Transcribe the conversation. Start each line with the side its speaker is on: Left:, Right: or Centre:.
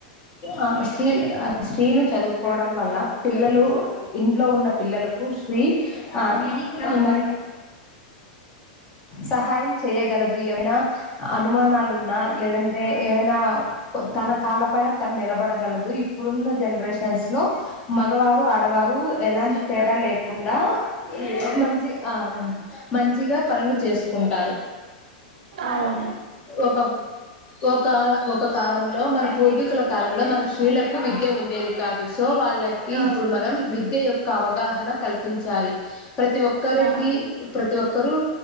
Left: ఆ స్టీల్ స్త్రీ లు చదువుకోవడం వల్ల పిల్లలు ఇంట్లో ఉన్న పిల్లలకు స్త్రీ ఆ మ సహాయం చేయగలదు ఏమనా అనుమానాలు ఉన్నా లేదంటే ఏవైనా తన కాళ్ళ పైన నిలబడగలదు ఇప్పుడున్న జనరేషన్స్ లో మగవారు ఆడవారు ఎలాంటి తేడా లే కాకుండా మంచి ఆ మంచిగా పనులు చేసుకుంటారు
Right: అవును
Left: ఒక ఒక ఒక కాలంలో మన పూర్వీకుల కాలంలో మన స్త్రీలకు విద్య ఉండేది కాదు సో వాళ్ళకి
Right: ఆ
Left: ఇప్పుడు మనం విద్య యొక్క ఒక అవగాహన కల్పించాలి ప్రతి ఒక్కరికి
Right: ఆ.
Left: ప్రతి ఒక్క కరు